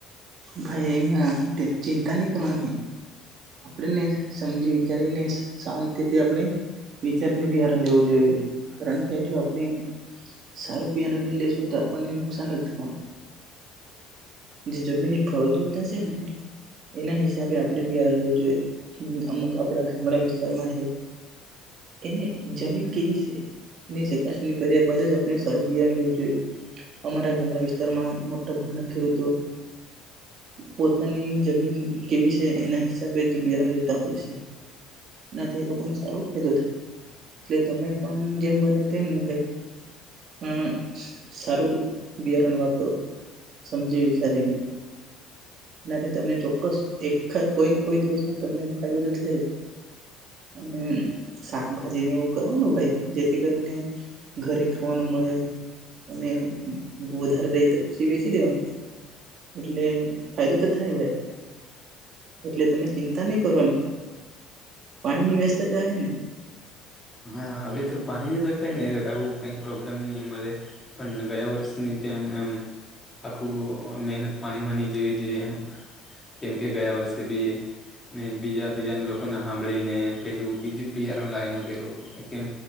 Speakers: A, on the right (about 50°); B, on the left (about 20°).
A: ભાઈ એમાં ચિંતા નહી કરવાની. આપણેને સમજી વિચારીને શાંત રીતે આપણે વિચારીને બિહારણ લેવું જોઈએ કારણ કે જો આપણે સારું બિહારણ ન લેશું તો આપણને નુકસાન જ થવાનું. જે જમીનની ફળદુળતા છે ને એના હિસાબે આપણે બિયારણ લેવું જોઈએ અમુક આપડા ગામડા વિસ્તારમાં છે એને જમીન કેવી છે એની ચકાસણી કરી બદ જ આપણે સારું બિયારણ લેવું જોઈએ અમારા ગામડા વિસ્તારમાં મો ભના ખેડૂતો પોતાની જમીન કેવી છે એના હિસાબે જ બિયારણ લેતા હોય છે એનાથી એ લોકોને સારો ફાયદો થાય એટલે તમે પણ જેમ બને તેમને ભાઈ આ સારું બિયારણ વાપરો. સમજી વિચારીને. એનાથી તમને ચોક્કસ એકા કોઈને કોઈ દિવસ તમને ફાયદો તો થાય જ અને શાકભાજીને એવું કરવાનું ભાઈ જેથી કરીને ઘરે ખાવાનું મળે અને વધારે રહી તો પછી વેચી દેવાનું. એટલે એ તો તો થાય ભાઈ. એટલે તમે ચિંતા નહી કરવાની. પાણીની વ્યવસ્થા તો હ ને.
B: હા હવે તો પાણી ન તો કઈ નને એું કઈ પ્રોબ્લેમ નહી અમારે પણ ગયા વર્ષની જેમ એમ આખું મહેનત પાણીમાંની જેવી છે એમ કેમ કે ગયા વર્ષે બી બીજા બીજા લોકોને સાંભળીને પેલું બીજું જ બીયાર લાય લ કેમ